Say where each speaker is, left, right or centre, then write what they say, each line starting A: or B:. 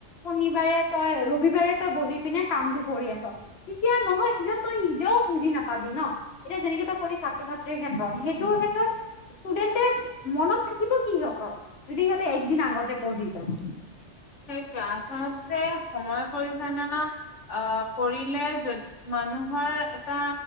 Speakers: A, on the left; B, on the left.
A: শনিবাৰে তই ৰবিবাৰে তই বহি পিনে কামটো কৰি আছ। তিতিয়া নহয় তিতিয়া তই নিজেও বুজি নাপাবি ন, এতিয়া যেনেকে তই কলি ছাত্ৰ ছাত্ৰীৰ ক্ষেত্ৰত সেই তোৰ হেটট ষ্টুডেণ্টয়ে মনত থাকিব কি সিহঁতৰ যদি সিহঁতে একদিন আগতে পঢ়ি যায়।
B: <unintelligible> চাতে সময় পৰিচনা অহ কৰিলে যদ মানুহৰ এটা